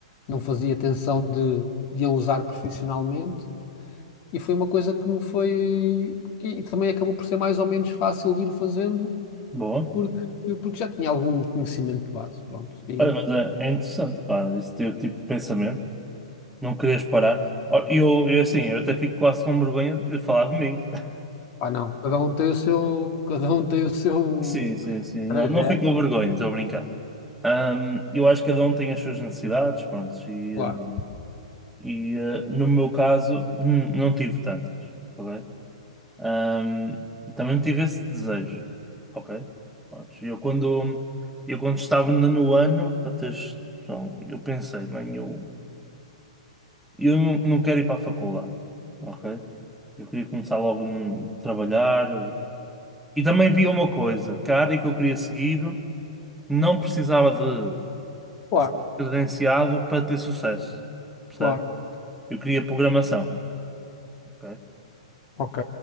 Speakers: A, on the left; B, in the centre.
A: não fazia tensão de, de a usar profissionalmente, e foi uma coisa que me foi, e, e também acabou por ser mais ou menos fácil de ir fazendo,
B: Boa.
A: porque, porque já tinha algum conhecimento de base, pronto, e
B: Olha, mas é, é interessante, pá, esse teu tipo de pensamento, não querias parar. Ó, Eu, eu, assim, eu até fico quase com vergonha de ter falado de mim. <laughs>
A: pá, não, cada um tem o seu, cada um tem o seu
B: Sim, sim, sim.
A: trajeto,
B: Não, não fico com vergonha, estou a brincar. Ahm, eu acho que cada um tem as suas necessidades, pronto, e,
A: claro,
B: eh, e, eh, no meu caso, hum, não tive tantas, ok? Ahm, também tive esse desejo, ok? Pronto, eu quando, eu quando estava no no ano, para teres noção, eu pensei, bem, eu E Eu não, não quero ir para a faculdade, ok? Eu queria começar logo a trabalhar. E também via uma coisa, que a área que eu queria seguir não precisava de,
A: claro,
B: de ser credenciado para ter sucesso, percebe?
A: claro,
B: Eu queria programação, ok?
A: ok.